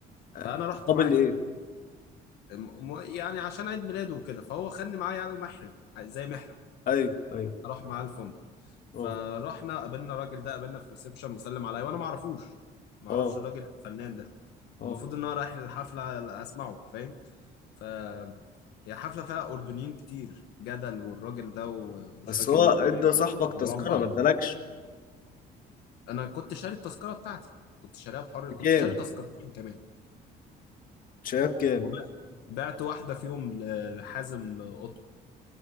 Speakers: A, on the left; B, on the left.
A: فانا
B: آه،
A: رحت
B: مقابل
A: معاه
B: إيه؟
A: م- م- يعني عشان عيد ميلاده وكده فهو خدني معاه يعني محرم زي محرم
B: أيوه أيوه
A: اروح معاه الفندق فرحنا
B: اه
A: قابلنا الراجل ده قابلنا في الريسبشن وسلم عليا وانا ما اعرفوش ما
B: اه
A: اعرفش الراجل الفنان ده
B: اه
A: المفروض ان انا رايح الحفله اسمعه فاهم ف هي حفله فيها اردنيين كتير جدل والراجل ده ومش
B: بس
A: فاكر
B: هو
A: مين
B: ادى
A: كمان
B: صاحبك
A: مربع
B: تذكرة ما ادالكش
A: انا كنت شاري التذكره بتاعتي كنت شاريها بحر
B: بكام
A: كنت شاري تذكرتين كمان
B: شايف كام
A: وبعت بعت واحده فيهم ل- لحازم قطب